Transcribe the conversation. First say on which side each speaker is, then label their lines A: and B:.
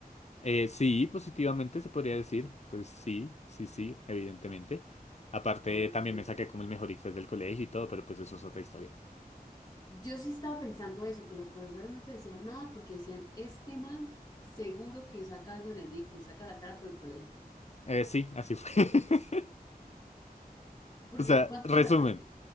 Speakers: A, on the left; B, on the left.
A: Eh, sí, positivamente se podría decir. Pues sí, sí, sí, evidentemente. Aparte,
B: Ok.
A: también me saqué como el mejor ICFES del colegio y todo, pero pues eso es otra historia.
B: Yo sí estaba pensando eso, que los profesores no te decían nada porque decían, este man seguro que saca algo en el ICFES, saca la cara por el colegio.
A: Eh, sí, así fue. <laughs>
B: Porque,
A: O sea,
B: ¿cuánto
A: resumen.
B: sacaste?